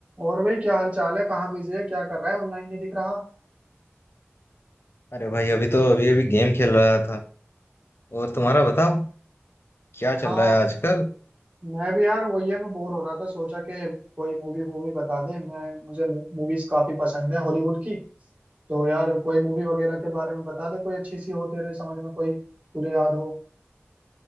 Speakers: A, on the right (about 35°); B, on the left (about 60°).
A: और भाई क्या हाल चाल है कहाँ बिजी है क्या कर रहा है ऑनलाइन नहीं दिख रहा
B: अरे भाई अभी तो अभी अभी गेम खेल रहा था और तुम्हारा बताओ क्या चल
A: हाँ
B: रहा है आजकल
A: मैं भी यार वही है मैं बोर हो रहा था सोचा कि कोई मूवी वूवी बता दे मैं मुझे मूवीज काफी पसंद है हॉलीवुड की तो यार कोई मूवी वगैरह के बारे में बता दे कोई अच्छी सी हो तेरे समझ में कोई तुझे याद हो